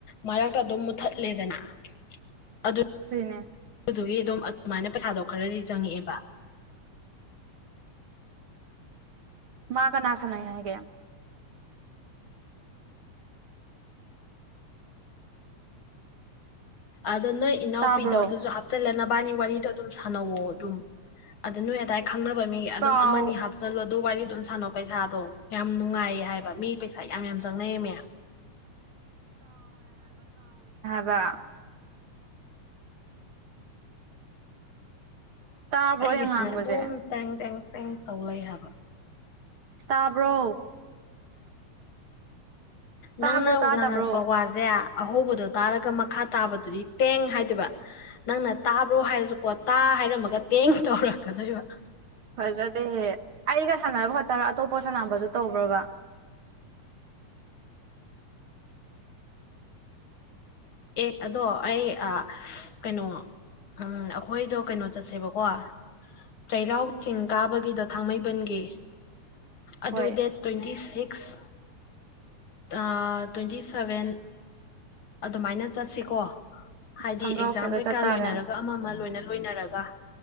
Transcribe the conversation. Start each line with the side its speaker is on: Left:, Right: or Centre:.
Left: ꯃꯔꯛꯇ ꯑꯗꯨꯝ ꯃꯨꯊꯠꯂꯦꯗꯅ ꯑꯗꯨ
Right: ꯅꯦꯟ-
Left: ꯑꯗꯨꯒꯤ ꯑꯗꯨꯝ ꯑꯗꯨꯃꯥꯏꯅ ꯄꯩꯁꯥꯗꯣ ꯈꯔꯗꯤ ꯆꯪꯉꯛꯑꯦꯕ
Right: ꯃꯥ ꯀꯅꯥ ꯁꯥꯟꯅꯩ ꯍꯥꯏꯒꯦ
Left: ꯑꯗꯣ ꯅꯣꯏ ꯏꯅꯥꯎꯄꯤꯗꯣ
Right: ꯇꯥꯕ꯭ꯔꯣ
Left: ꯑꯗꯨꯁꯨ ꯍꯥꯞꯆꯤꯜꯂꯅ ꯕꯥꯅꯤ ꯋꯥꯔꯤꯗꯣ ꯑꯗꯨꯝ ꯁꯥꯟꯅꯧꯑꯣ ꯑꯗꯨꯝ ꯑꯗ ꯅꯣꯏ ꯑꯗꯥꯏ ꯈꯪꯅꯕ ꯃꯤ ꯑꯗꯨꯝ
Right: ꯀꯥꯎ
Left: ꯑꯃꯅꯤ ꯍꯥꯞꯆꯜꯂꯣ ꯑꯗꯨ ꯋꯥꯔꯤꯗꯨꯝ ꯁꯥꯟꯅꯧ ꯄꯩꯁꯥꯗꯣ ꯌꯥꯝ ꯅꯨꯡꯉꯥꯏꯌꯦ ꯍꯥꯏꯕ ꯃꯤ ꯄꯩꯁꯥ ꯌꯥꯝ ꯌꯥꯝ ꯆꯪꯅꯩꯌꯦꯝꯅꯦ
Right: ꯋꯥ ꯇꯥꯕ꯭ꯔꯣ
Left: ꯑꯩꯒꯤꯁꯤꯅ
Right: ꯑꯩꯅ ꯉꯥꯡꯕꯁꯦ
Left: ꯑꯗꯨꯝ ꯇꯦꯡ ꯇꯦꯡ ꯇꯦꯡ ꯇꯧ ꯂꯩ ꯍꯥꯏꯕ
Right: ꯇꯥꯕ꯭ꯔꯣ ꯇꯥꯕ꯭ꯔꯣ
Left: ꯅꯪꯅ
Right: ꯇꯥꯗꯕ꯭ꯔꯣ
Left: ꯉꯥꯡꯉꯛꯄ ꯋꯥꯖꯦ ꯑꯍꯧꯕꯗꯣ ꯇꯥꯔꯒ ꯃꯈꯥ ꯇꯥꯕꯗꯨꯗꯤ ꯇꯦꯡ ꯍꯥꯏꯗꯣꯏꯕ ꯅꯪꯅ ꯇꯥꯕ꯭ꯔꯣ ꯍꯥꯏꯔꯁꯨꯀꯣ ꯇꯥ ꯍꯥꯏꯔꯝꯃꯒ ꯇꯦꯡ ꯇꯧꯔꯛꯀꯗꯣꯏꯕ
Right: ꯐꯖꯗꯦꯍ ꯑꯩꯒ ꯁꯥꯟꯅꯕ ꯈꯣꯠꯇꯔ ꯑꯇꯣꯞꯄ ꯁꯥꯟꯅꯥꯝꯕꯁꯨ ꯇꯧꯕ꯭ꯔꯕ
Left: ꯑꯦ ꯑꯗꯣ ꯑꯩ ꯀꯩꯅꯣ ꯑꯩꯈꯣꯏꯗꯣ ꯀꯩꯅꯣ ꯆꯠꯁꯦꯕꯀꯣ ꯆꯩꯔꯥꯎ ꯆꯤꯡ ꯀꯥꯕꯒꯤꯗꯣ ꯊꯥꯡꯃꯩꯕꯟꯒꯤ ꯑꯗꯨ
Right: ꯍꯣꯏ
Left: ꯗꯦꯠ ꯇ꯭ꯋꯦꯟꯇꯤ ꯁꯤꯛꯁ ꯑ ꯇ꯭ꯋꯦꯟꯇꯤ ꯁꯚꯦꯟ ꯑꯗꯨꯃꯥꯏꯅ ꯆꯠꯁꯤꯀꯣ ꯍꯥꯏꯗꯤ
Right: ꯈꯣꯡꯒ꯭ꯔꯥꯎ
Left: ꯑꯦꯛꯖꯥꯝ
Right: ꯁꯦꯠꯂ
Left: ꯀꯩꯀꯥ
Right: ꯆꯠꯇꯥꯔꯦ
Left: ꯂꯣꯏꯅꯔꯒ ꯑꯃ ꯑꯃ ꯂꯣꯏꯅ ꯂꯣꯏꯅꯔꯒ